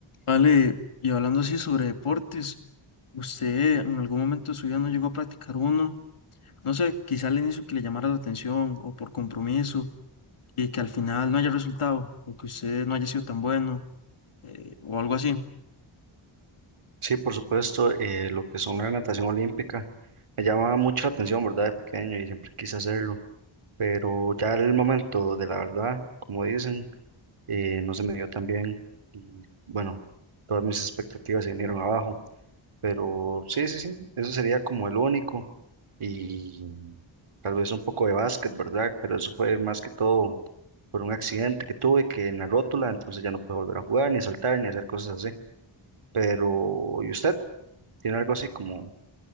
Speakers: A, on the left (about 80°); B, on the right (about 80°).
A: Vale, y hablando así sobre deportes, ¿usted en algún momento de su vida no llegó a practicar uno? No sé, quizá al inicio que le llamara la atención o por compromiso y que al final no haya resultado o que usted no haya sido tan bueno eh, o algo así.
B: Sí, por supuesto, eh, lo que son la natación olímpica me llama mucho la atención, ¿verdad? De pequeño y siempre quise hacerlo, pero ya el momento de la verdad, como dicen, eh, no se me dio tan bien y bueno, todas mis expectativas se vinieron abajo, pero sí, sí, sí, eso sería como el único y tal vez un poco de básquet, ¿verdad? Pero eso fue más que todo por un accidente que tuve que en la rótula, entonces ya no puedo volver a jugar, ni saltar, ni hacer cosas así, pero ¿y usted? ¿Tiene algo así como